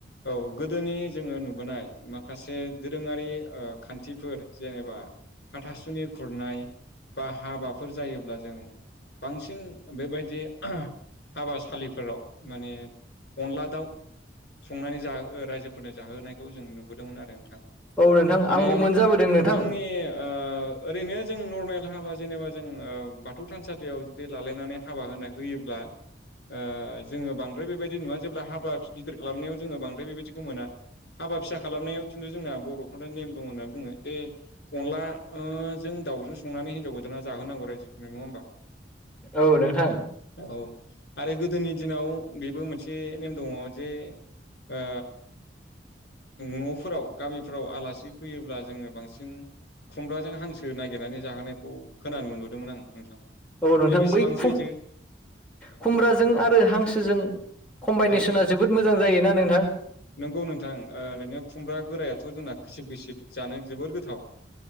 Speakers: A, on the left; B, in the centre.
A: औ गोद गोदोनि जोङो नुबोनाय माखासे दोरोङारि खान्थिफोर जेनेबा हाथासुनि खुरनाय बा हाबाफोर जायोब्ला जों बांसिन बेबायदि हाबासालिफोराव माने अनला दाउ संनानै जोहो रायजोफोरनो जाहोनायखौ जों नुबोदोंमोन आरो नोंथां
B: औ नोंथां
A: माने
B: आंबो मोनजाबोदों नोंथां
A: जोंनि ओ ओरैनो जों नरमेल हाबा जेनेबा जों ओ बाथौ थानसालियाव जुदि लालायनानै हाबा होनाय होयोब्ला ओ जोङो बांद्राय बेबायदि नुवा जेब्ला हाबा गिदिर खालामनायाव जोङो बांद्राय बेबायदिखौ मोना हाबा फिसा खालामनायाव खिन्थु जोंना बरफोरना नेम दं होननानै बुङो जे अनला ओ जों दाउजों संनानै हिनजाव गोदाना जाहोनांगौ रायजोफोरनो नङा होमबा?
B: औ नोंथां।
A: औ आरो गोदोनि दिनाव बेबो मोनसे नेम दङ जे ओ नफोराव गामिफोराव आलासि फैयोब्ला जोङो बांसिन खुमब्राजों हांसो नागिरनानै जाहोनायखौ खोनानो मोनबोदोंमोन आं नोंथां।
B: औ नोंथां
A: बे बेसेबां
B: बै खुम
A: सैथो
B: खुमब्राजों आरो हांसोजों कम्बाइनेसना
A: औ
B: जोबोद मोजां जायोना नोंथां।
A: नंगौ नोंथां ओरैनो खुमब्रा बोरायाथ' जोंना खैसिब खैसिब जानो जोबोर गोथाव।